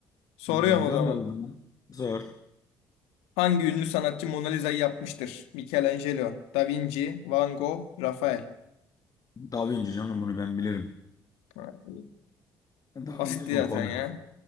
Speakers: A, on the left; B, on the left.
A: Soruyorum
B: Hmm,
A: o
B: gönder
A: zaman.
B: o zaman. Zor.
A: Hangi ünlü sanatçı Mona Lisa'yı yapmıştır? Michelangelo, Da Vinci, Van Gogh, Rafael.
B: Da Vinci canım bunu ben bilirim.
A: Ha, iyi.
B: Da
A: Basitti
B: Vinci bu
A: zaten
B: kolay.
A: ya.